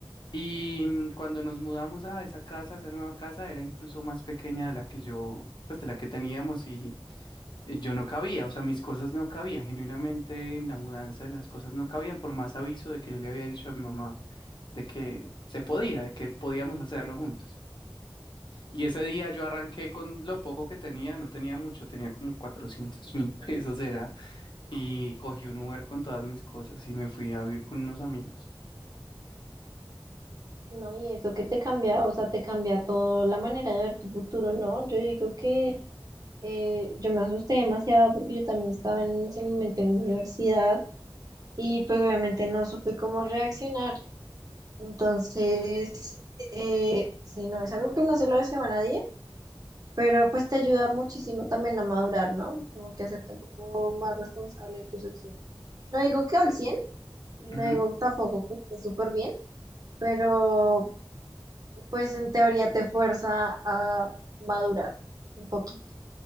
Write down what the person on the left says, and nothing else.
Y mm, cuando nos mudamos a esa casa, a esa nueva casa, era incluso más pequeña de la que yo, pues de la que teníamos y eh, yo no cabía, o sea, mis cosas no cabían, genuinamente en la mudanza las cosas no cabían, por más aviso de que yo le había dicho a mi mamá de que se podía, de que podíamos hacerlo juntos. Y ese día yo arranqué con lo poco que tenía, no tenía mucho, tenía como cuatrocientos mil pesos, era y cogí un Uber con todas mis cosas y me fui a vivir con unos amigos.
Ujú.